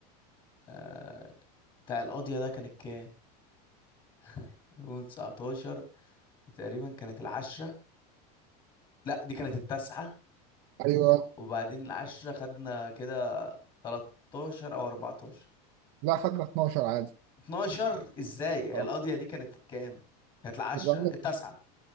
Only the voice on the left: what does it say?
آه، بتاع القاضية ده كانت كام؟ 2019 تقريبا كانت العشرة لا دي كانت التاسعة
وبعدين العشرة خدنا كده 13 أو 14
12 ازاي؟ هي
القاضية دي كانت كام؟ كانت العشرة
التاسعة